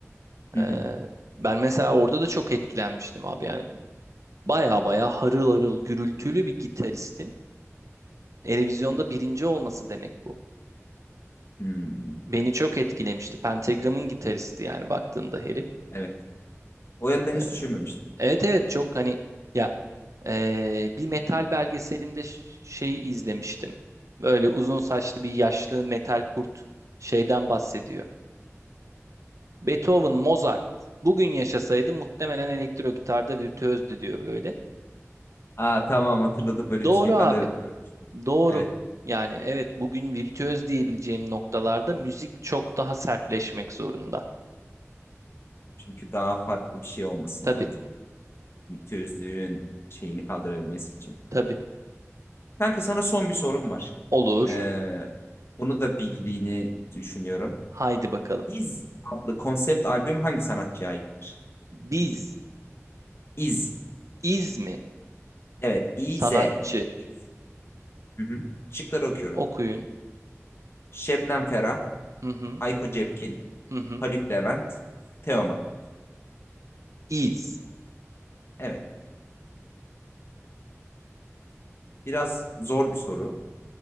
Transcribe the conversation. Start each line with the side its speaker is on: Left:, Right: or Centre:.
Left: Hı
Right: Ee,
Left: hı.
Right: ben mesela orada da çok etkilenmiştim abi yani baya baya harıl harıl gürültülü bir gitaristin Eurovision'da birinci olması demek bu.
Left: Hmm.
Right: Beni çok etkilemişti. Pentagram'ın gitaristi yani baktığında herif.
Left: Evet. O yönden
Right: Ee,
Left: hiç düşünmemiştim.
Right: Evet evet çok hani ya eee, bir metal belgeselinde ş- şey izlemiştim. Böyle uzun saçlı bir yaşlı metal kurt şeyden bahsediyor. Beethoven, Mozart bugün yaşasaydı muhtemelen elektro gitarda virtüözdü diyor böyle.
Left: Aa tamam hatırladım böyle
Right: Doğru
Left: bir şeyi
Right: abi.
Left: ben de görmüştüm.
Right: Doğru.
Left: Evet.
Right: Yani evet bugün virtüöz diyebileceğim noktalarda müzik çok daha sertleşmek zorunda.
Left: Çünkü daha farklı bir şey olması
Right: Tabii
Left: lazım. Tözlüğün şeyini kaldırabilmesi için.
Right: tabii
Left: Kanka sana son bir sorum var.
Right: olur.
Left: Ee, bunu da bildiğini düşünüyorum.
Right: Haydi bakalım.
Left: İz adlı konsept albüm hangi sanatçıya aittir?
Right: Biz
Left: İz.
Right: iz
Left: Evet. İz.
Right: sanatçı
Left: İz. Hı hı. Şıkları okuyorum.
Right: okuyun.
Left: Şebnem Ferah,
Right: Hı hı.
Left: Hayko Cepkin,
Right: Hı hı.
Left: Haluk Levent, Teoman.
Right: Is.
Left: Evet. Biraz zor bir soru.